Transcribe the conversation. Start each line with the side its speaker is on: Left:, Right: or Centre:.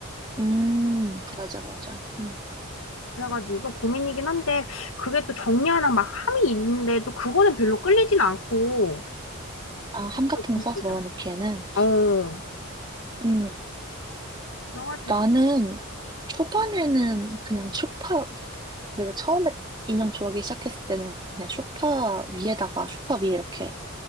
Right: 음, 맞아, 맞아. 응.
Left: 그래가지고 좀 고민이긴 한데 그게 또 정리하는 막 함이 있는데 또 그거는 별로 끌리진 않고.
Right: 아, 함 같은
Left: 또 고민이다.
Right: 거 싸서 넣어놓기에는.
Left: 어,
Right: 음,
Left: 그래가지고
Right: 나는 초반에는 그냥 소파, 내가 처음에 인형 좋아하기 시작했을 때는 그냥 소파 위에다가 소파 위에 이렇게